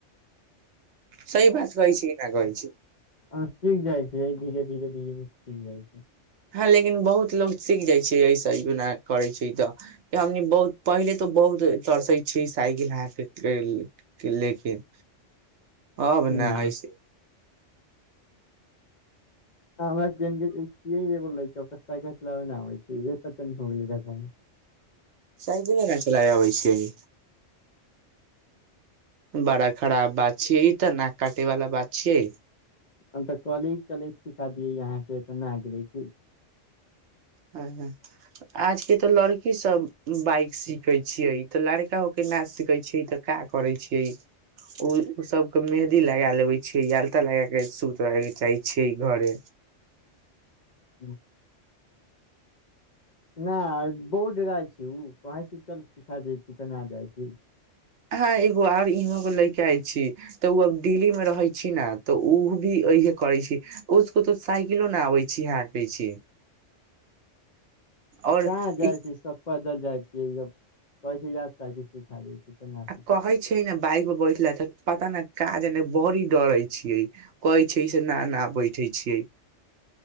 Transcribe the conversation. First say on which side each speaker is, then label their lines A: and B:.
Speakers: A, on the right; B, on the left.
A: सही बात कहै छी कि
B: ह सीख जाइ छै धीरे धीरे धीरे सीख जाइ छै
A: हँ लेकिन बहुत लोग सीख जाइ छै ऐसना करै छै तऽ हमनी बहुत पहिले तऽ बहुत तरसै छिय साइकिल हाके के लेल लेकिन अब न
B: हूँ
A: अइसे
B: हमरा जइसन छिय एगो लड़का ओकरा साईकिल चलाब नहि अबय छै
A: साइकिले न चलाय अबै छियै बड़ा खराब बात छियै इतऽ नाक काटे वाला बात छिय
B: अ कॉलेज चलय छि दिय अहाँके तऽ न गेले छी
A: हं ह आज के तऽ लड़की सब बाइक सीखे छियै तऽ लड़का हो के नाच सिखे छै तऽ का करे छिये ओ ओ सब के मेहदी लगा लेबे छ आलता लगा के सुत रहे के चाहे छिये घरे
B: ह्म नहि बोर्ड रहै छै ओ कहै छी चल सिखा दै छी तऽ नहि जाइ छी
A: हँ एगो आर इहो ले के आय छी तऽ ओ अब दिल्ली मे रहै छी ने तऽ ओ भी इहे करै छी उसको तो साइकिलो न आबै छी हकै छी और
B: जह जाइ
A: ई
B: छी सब पैदल जाइ छै कहै छै कि सिखा दै छै तऽ ना
A: आ कहै छै न बाइक बैठला पता नहि काज नहि बड़ी डरै छियै कहै छै से न न बैठे छियै